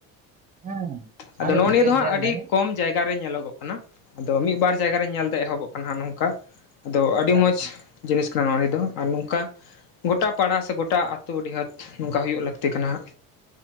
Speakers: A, on the right; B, on the left.
A: ᱦᱮᱸ
B: ᱟᱫᱚ ᱱᱚᱜᱼᱚ
A: ᱜᱚᱢᱠᱮ
B: ᱱᱤᱭᱟᱹ ᱫᱚ ᱦᱟᱸᱜ
A: ᱧᱮᱞ
B: ᱟᱹᱰᱤ
A: ᱢᱮ ᱦᱮᱸ
B: ᱠᱚᱢ ᱡᱟᱭᱜᱟ ᱨᱮ ᱧᱮᱞᱚᱜᱚᱜ ᱠᱟᱱᱟ ᱟᱫᱚ ᱢᱤᱫ ᱵᱟᱨ ᱡᱟᱭᱜᱟ ᱨᱮᱧ ᱧᱮᱞᱛᱮ ᱮᱦᱚᱵᱚᱜ ᱠᱟᱱᱟ ᱦᱟᱜ ᱱᱚᱝᱠᱟ ᱟᱫᱚ ᱟᱹᱰᱤ
A: ᱮᱠᱟᱞ
B: ᱢᱚᱸᱡᱽ
A: ᱮᱠᱟᱞ
B: ᱡᱤᱱᱤᱥ ᱠᱟᱱᱟ ᱱᱚᱜ-ᱚ ᱱᱤᱭᱟᱹ ᱫᱚ ᱟᱨ ᱱᱚᱝᱠᱟ ᱜᱚᱴᱟ ᱯᱟᱲᱟ ᱥᱮ ᱜᱚᱴᱟ ᱮᱴᱟᱜ ᱟᱹᱛᱳ ᱰᱤᱦᱟᱛ ᱱᱚᱝᱠᱟ ᱦᱩᱭᱩᱜ ᱞᱟᱹᱠᱛᱤ ᱠᱟᱱᱟ᱾ ᱦᱟᱜ